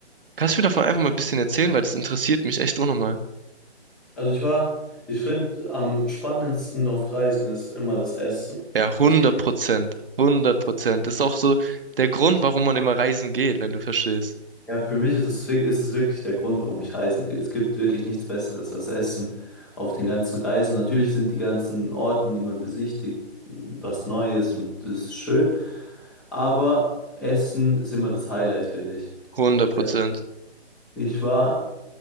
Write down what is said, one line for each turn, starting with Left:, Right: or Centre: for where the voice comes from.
Right: Kannst du mir davon einfach mal ein bisschen erzählen, weil das interessiert mich echt unnormal.
Centre: Also ich war, ich finde, am spannendsten auf Reisen ist immer das Essen.
Right: Ja, hundert
Centre: Ich,
Right: Prozent. hundert Prozent. Das ist auch so der Grund, warum man immer reisen geht, wenn du verstehst.
Centre: ja, für mich ist es, ist es wirklich der Grund, warum ich reisen gehe. Es gibt wirklich nichts Besseres als Essen auf den ganzen Reisen. Natürlich sind die ganzen Orten, die man besichtigt, was Neues und das ist schön. Aber Essen ist immer das Highlight, finde ich.
Right: hundert Prozent.
Centre: Ja. Ich war,